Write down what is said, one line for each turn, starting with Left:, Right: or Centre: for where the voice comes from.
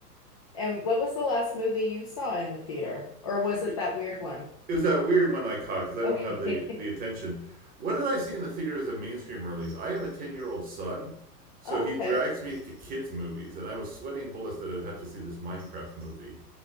Left: And what was the last movie you saw in the theater? Or was it
Right: It,
Left: that weird one?
Right: it was that weird one I caught because I don't
Left: Okay.
Right: have the
Left: <laughs>
Right: the attention. What did I see in the theater as a mainstream release? I have a ten year old son, so
Left: Okay.
Right: he drags me to kids movies, and I was sweating bullets that I'd have to see this Minecraft movie.